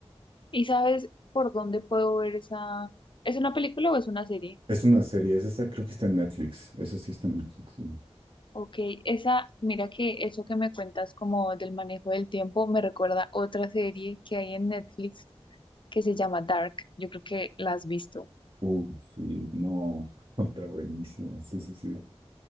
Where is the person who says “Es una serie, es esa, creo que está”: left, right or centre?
Right